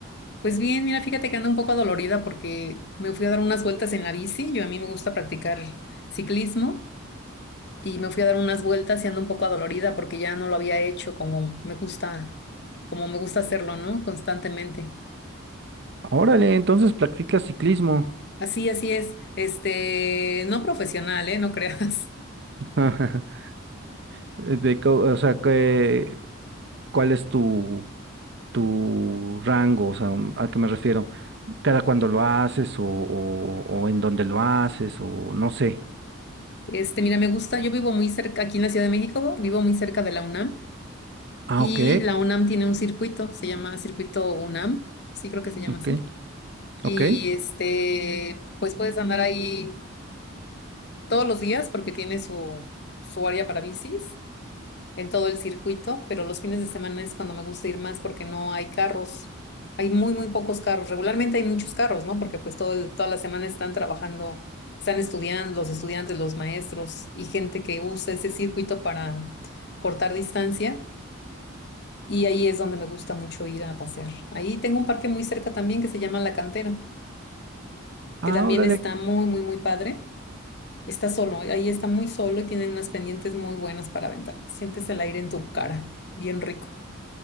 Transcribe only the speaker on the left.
Pues bien, mira, fíjate que ando un poco dolorida porque me fui a dar unas vueltas en la bici. Yo a mí me gusta practicar ciclismo y me fui a dar unas vueltas y ando un poco adolorida porque ya no lo había hecho como me gusta, como me gusta hacerlo, ¿no? Constantemente.
Así, así es. Este, no profesional, ¿eh? No creas. <laughs>
Este, mira, me gusta, yo vivo muy cerca, aquí en la Ciudad de México, vivo muy cerca de la UNAM
y
la UNAM tiene un circuito, se llama Circuito UNAM, sí creo que se llama
así. Y
este, pues puedes andar ahí todos los días porque tiene su, su área para bicis en todo el circuito, pero los fines de semana es cuando me gusta ir más porque no hay carros. Hay muy, muy pocos carros. Regularmente hay muchos carros, ¿no? Porque pues todo el- toda la semana están trabajando, están estudiando, los estudiantes, los maestros y gente que usa ese circuito para cortar distancia. Y ahí es donde me gusta mucho ir a pasear. Ahí tengo un parque muy cerca también que se llama La Cantera,
que también
está muy, muy, muy padre Está solo, ahí está muy solo y tiene unas pendientes muy buenas para aventar. Sientes el aire en tu cara, bien rico.